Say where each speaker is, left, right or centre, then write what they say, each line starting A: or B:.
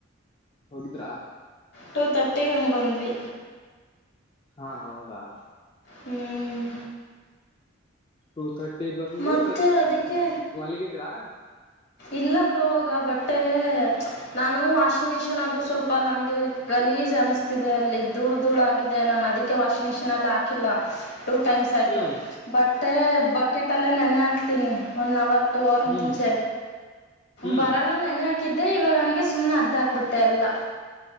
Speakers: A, on the left (about 25°); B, on the left (about 55°).
A: ಹೋಗಿದ್ರಾ.
B: ಟೂ ತರ್ಟಿಗೆ ಹಂಗೆ ಬಂದ್ವಿ.
A: ಹಾ ಹೌದಾ.
B: ಹ್ಮ್
A: ಟೂ ತರ್ಟಿ ಬಂದು
B: ಮತ್ತೆ ಅದಕ್ಕೆ
A: ಮಲಗಿದ್ರಾ.
B: ಇಲ್ಲ ಬ್ರೋಗ ಬಟ್.... ನಾನು ವಾಷಿಂಗ್ ಮಿಷಿನ್ ಅದು ಸ್ವಲ್ಪ ನನ್ಗೆ ಗಲೀಜ್ ಅನಿಸ್ತಿದೆ ಅಲ್ಲಿ ಧೂಳ ಧೂಳ ಆಗಿದೆ ನಾನು ಅದಿ. ವಾಷಿಂಗ್ ಮಿಷಿನ್ ಅಲ್ಲಿ ಹಾಕಿಲ್ಲ ಟೂ ಟೈಮ್ಸ್. ಆಯ್ತು
A: ಹ್ಮ್
B: ಬಟ್ಟೆ ಬಕೆಟ್ ಅಲ್ಲೇ ನೆನೆ ಹಾಕ್ತೀನಿ ಒನ್ ಅವರ್. ಒನ್ ಅವರ್
A: ಹ್ಮ್
B: ಮುಂಚೆ
A: ಹ್ಮ್
B: ಬರೋಣ ನೆನ ಹಕೂ. ಹಾಕಿದ್ದೆ ಇವಾಗ ಹಂಗೆ ಸುಮ್ನೆ ಅರ್ಧ ಹಾಕ್ಬಿಟ್ಟೆ ಎಲ್ಲ.